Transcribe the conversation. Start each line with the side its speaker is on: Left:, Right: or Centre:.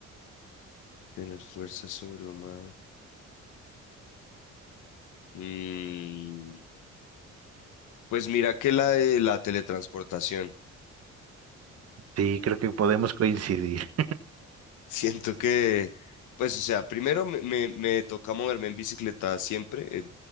Left: Tener fuerza sobrehumana. Mm, pues mira que la de la teletransportación.
Right: Sí, creo que podemos coincidir.
Left: Siento que, pues, o sea, primero me, me, me toca moverme en bicicleta siempre. eh,